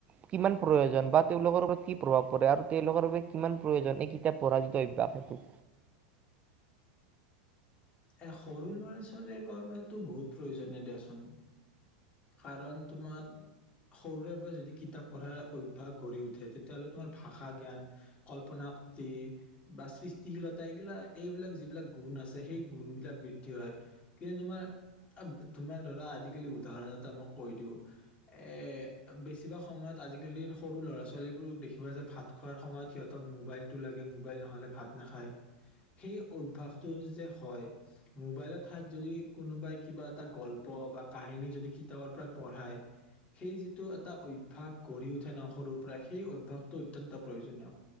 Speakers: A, on the right; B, on the left.
A: কিমান প্ৰয়োজন বা তেওঁলোকৰ ওপৰত কি প্ৰভাৱ পৰে আৰু তেওঁলোকৰ বাবে কিমান প্ৰয়োজন এই কিতাপ পঢাৰ যিটো অভ্যাস সেইটো
B: এ সৰু ল'ৰা ছোৱালীৰ বাবেতো বহুত প্ৰয়োজন দিয়াচোন কাৰণ তোমাৰ সৰুৰে পৰা যদি কিতাপ পঢ়াৰ অভ্যাস গঢ়ি উঠে তেতিয়া হলে তোমাৰ ভাষা জ্ঞান কল্পনা শক্তি বা সৃষ্টিশীলতা এইবিলাক এইবিলাক যিবিলাক গুণ আছে সেই গুণ বিলাক বৃদ্ধি হয় কিন্তু তোমাৰ তোমাৰ ধৰা আজিকালি উদাহৰণত মই কৈ দিওঁ এ বেছিভাগ সময়ত আজিকালিৰ সৰু ল'ৰা ছোৱালীবোৰক দেখিবা যে ভাত খোৱাৰ সময়ত সিহঁতক মোবাইলটো লাগে মোবাইল নহলে ভাত নাখায় সেই অভ্যাসটো যে হয় মোবাইলত ঠাইত যদি কোনোবাই কিবা এটা গল্প বা কাহিনী যদি কিতাপৰ পৰা পঢ়ায় সেই যিটো এটা অভ্যাস গঢ়ি উঠে ন সৰুৰ পৰা সেই অভ্যাসটো অত্যন্ত প্ৰয়োজনীয়